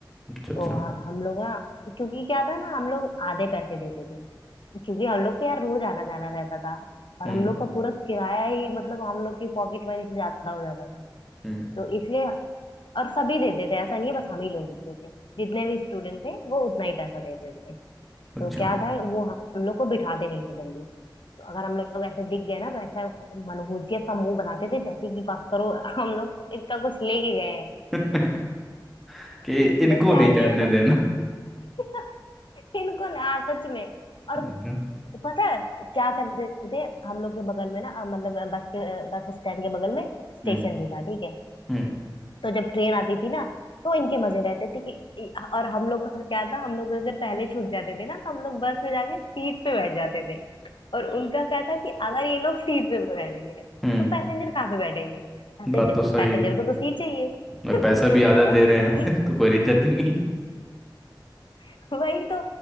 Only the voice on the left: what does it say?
तो ह- हम लोग ना क्योंकि क्या था ना हम लोग आधे पैसे देते थे क्योंकि हम लोग को यार रोज आना जाना रहता था और
हम लोग का पूरा किराया ही मतलब हम लोग की पॉकेट मनी से ज्यादा हो जाता था
तो इसलिए और सभी देते थे ऐसा नहीं है बस हम ही लोग देते थे जितने भी स्टूडेंट थे वो उतना ही पैसा देते थे
तो क्या था वो हम हम लोग को बिठाते नहीं थे जल्दी तो अगर हम लोग ऐसे दिख गए ना तो ऐसा मनहूसियत सा मुंह बनाते थे जैसे कि बस करो हम लोग इसका कुछ लेके गए हैं
तो क्या
किए
ना
<laughs> इनको ना सच में और
तो पता है क्या कर देते थे हम लोग के बगल में ना अ, मतलब अ, बस के अ, बस स्टैंड के बगल में स्टेशन
भी था ठीक है
तो जब ट्रेन आती थी ना तो इनके मजे रहते थे कि इ- और हम लोग का क्या था हम लोग अगर पहले छूट जाते थे ना तो हम लोग बस में जाके सीट पे बैठ जाते थे और उनका क्या था कि अगर ये लोग सीट पे बैठ गए तो
पैसेंजर कहाँ पे बैठेंगे पैसेंजर
पैसेंजर
को तो सीट चाहिए
<laughs>
तो
ये
<laughs> वही तो